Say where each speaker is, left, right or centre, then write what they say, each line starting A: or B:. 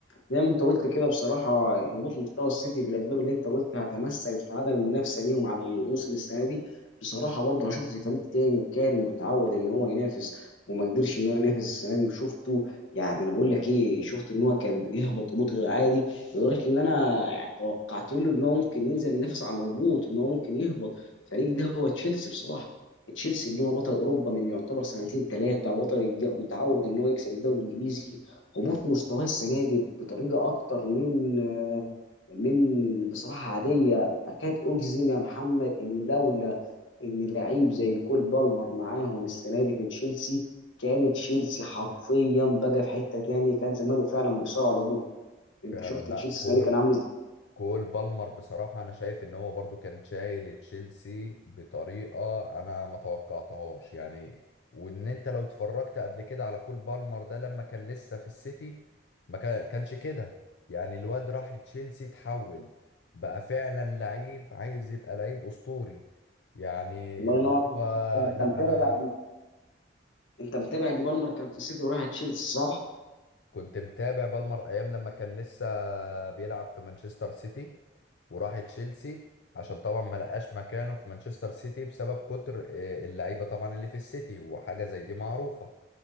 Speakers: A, on the left (about 80°); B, on the left (about 65°).
A: زي ما انت قلت كده بصراحه هبوط مستوى السيتي بالاسباب اللي انت قلتها تمثلت في عدم المنافسه ليهم على الموسم السنه دي بصراحه برضه انا شفت فريق تاني كان متعود ان هو ينافس وما قدرش ان هو ينافس السنه دي وشفته يعني انا بقول لك ايه شفت ان هو كان بيهبط هبوط غير عادي لدرجه ان انا توقعت له ان هو ممكن ينزل ينافس على الهبوط ان هو ممكن يهبط الفريق ده هو تشيلسي بصراحه تشيلسي ان هو بطل اوروبا من يعتبر سنتين ثلاثه بطل الج- متعود ان هو يكسب الدوري الانجليزي هبوط مستواه السنه دي بطريقه اكتر من آه، من بصراحه عاديه اكاد اجزم يا محمد انه لولا ان لعيب زي كول بالمر معاهم السنه دي في تشيلسي كان تشيلسي حرفيا بقى في حته تانية كان زمانه فعلا بيصارع على الهبوط انت
B: فعلا
A: شفت
B: لا
A: تشيلسي السنه
B: كل
A: دي كان عامل ازاي
B: كول بالمر بصراحة أنا شايف إن هو برضو كان شايل تشيلسي بطريقة أنا ما توقعتهاش يعني وإن أنت لو اتفرجت قبل كده على كول بالمر ده لما كان لسه في السيتي ما كا- كانش كده يعني الواد راح تشيلسي اتحول بقى فعلا لعيب عايز يبقى لعيب أسطوري يعني
A: الله
B: اللي
A: ينور
B: هو
A: انت
B: لا
A: متابع
B: أنا
A: انت متابع ان بالمر كان في السيتي وراح تشيلسي صح
B: كنت متابع بالمر أيام لما كان لسه بيلعب في مانشستر سيتي وراح تشيلسي عشان طبعا ما لقاش مكانه في مانشستر سيتي بسبب كتر آه، اللعيبه طبعا اللي في السيتي وحاجه زي دي معروفه